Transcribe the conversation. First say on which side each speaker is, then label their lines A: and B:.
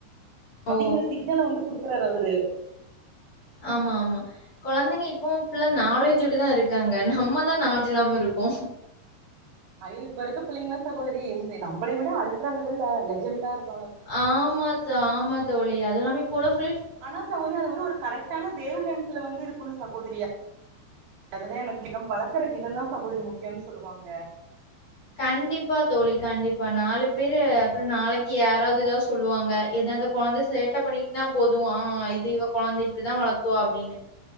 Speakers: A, on the right; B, on the left.
A: அப்டிங்கிற
B: ஓ
A: சிக்னல வந்து குடுக் க்கிறாரு அவரு
B: ஆமா ஆமா கொழந்தைங்க இப்போவு ஃபுல்லா
A: அவரு
B: நாலேஜு இப்டிதா இருக்காங்க நம்மதா நாலேஜ் இல்லாம இருக்கோ
A: ஐயோ இப்ப இருக்க பிள்ளைங்களா சகோதரி இந்த நம்பளை விட அல்ட்ரா லெவல்ல லெஜண்டா இருக்
B: ஆமாத்தா ஆமா தோழி அதுவு இல்லாம இப்ப உள்ள பிள்ளை
A: ஆனா சகோதரி அது வந்து ஒரு கரெக்டான வேவ் லென்த்துல வந்து இருக்கணு சகோதரி அதுதா எனக்கு விதம் வளக்குற விதந்தா சகோதரி முக்கியனு சொல்லுவாங்க
B: கண்டிப்பா தோழி கண்டிப்பா நாலு பேரு அப்றோ நாளைக்கு யாராவ்து எதாவ்து சொ சொல்லுவாங்க எதா இந்த கொழந்த சேட்ட பண்ணிட்னா போது ஆ இது இவ கொழந்த இப்டிதா வளத்துவா அப்டின்னு